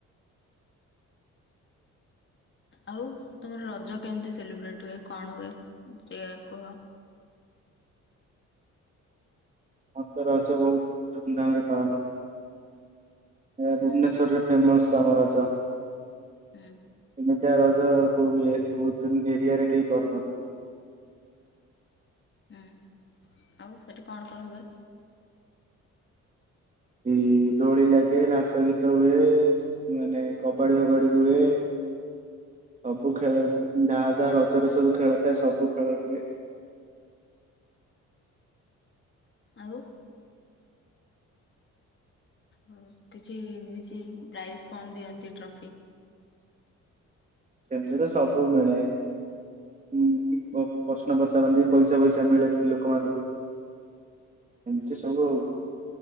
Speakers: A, on the left; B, on the right.
A: ଆଉ ତୁମର ରଜ କେମତି ସେଲିବ୍ରେଟ୍ ହୁଏ କଣ ହୁଏ ଟିଏ କୁହ?
B: ମତ ରଜ ବହୁତ ଧୁମଧାମ ରେ ପାଳନ ହୁ ଏ ଭୁବନେଶ୍ୱରରେ।
A: ହୁଁ
B: ଫେମସ ଆମ ରଜ।
A: ହୁଁ।
B: ଏମିତିଆ ରଜ କୋଉ ୟେ କୋଉ ଦିନି ଏରିଆ ରେ କେହି କରୁନଥିବେ।
A: ଉଁ ଆଉ ସେଠି କଣ କଣ ହୁଏ?
B: ଇ ଦୋଳି ଲାଗେ ନାଚ ଗୀତ ହୁଏ ମାନେ କବାଡି ଫବାଡି ହୁଏ ସବୁ ଖେଳ ଯାହା ଯାହା ରଜରେ ସବୁ ଖେଳ ଥାଏ ସବୁ ଖେଳ ହୁଏ।
A: ଆଉ? ହଉ କିଛି କିଚି ପ୍ରାଇଜ୍ କଣ ଦିଅନ୍ତି ଟ୍ରଫି?
B: ସେମତି ତ ସବୁ ମିଡେ ଉଁ ମ ପ୍ରଶ୍ନ ପଚାରନ୍ତି ପଇସା ଫଇସା ମିଳେ ପି ଲୋକମାନଙ୍କୁ। ଏମିତି ସବୁ ଆଉ।